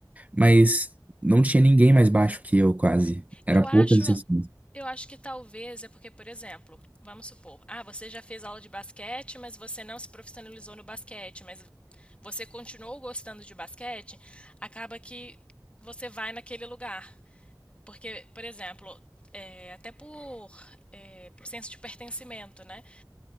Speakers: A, on the right; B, on the left.
A: mas não tinha ninguém mais baixo que eu, quase. Era
B: Eu acho,
A: poucas exceções.
B: eu acho que talvez é porque, por exemplo, vamos supor, ah, você já fez aula de basquete, mas você não se profissionalizou no basquete, mas você continuou gostando de basquete, acaba que você vai naquele lugar. Porque, por exemplo, é, até por, é, por senso de pertencimento, né?